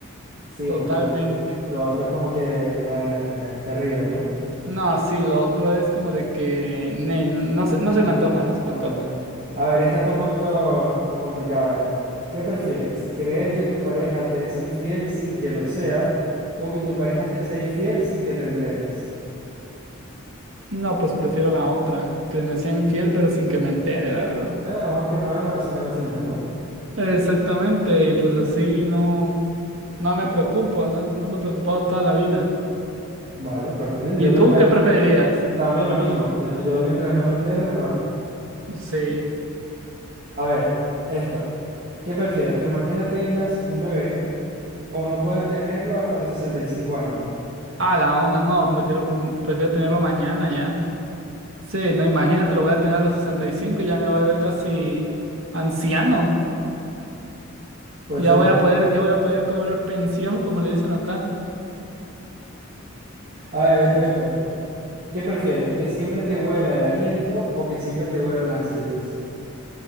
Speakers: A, on the right (about 40°); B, on the right (about 60°).
A: Sí,
B: Totalmente.
A: porque lo otro, lo otro es como que, nada, terrible, ¿no?
B: No, sí, lo otro es como de que ne, no, no se, no
A: Mm,
B: se me antoja, no se
A: No,
B: me antoja.
A: no, no. A ver, esta está un poquito complicada. A ver, ¿qué prefieres? ¿Creer que tu pareja te es infiel sin que lo sea o que tu pareja te sea infiel sin que te enteres?
B: No, pues prefiero la otra, que me sea infiel, pero sin que me entere, la verdad.
A: Eh, ojos que no ven, corazón que no siente, ¿no?
B: Exactamente, y pues así no, no me preocupo, no, no ando preocupado toda la vida.
A: Vale, perfecto. Yo
B: ¿Y
A: también,
B: tú qué
A: haré-
B: preferirías?
A: también lo mismo. Yo, yo mientras no me entere, mejor.
B: Sí.
A: A ver, esta. ¿Qué prefieres? ¿Que mañana tengas un bebé o no poder tenerlo hasta los 65 años?
B: Ah, la onda, no, prefiero, como- prefiero tenerlo mañana ya. Sí, no, imagínate, lo voy a tener a los 65, ya me va a ver casi anciano.
A: Pues
B: Ya
A: sí,
B: voy
A: ¿no?
B: a poder, ya voy a poder cobrar pensión, como le dicen acá.
A: A ver, esto, esto. ¿Qué prefieres? ¿Que siempre te huela el aliento o que siempre te huelan las axilas?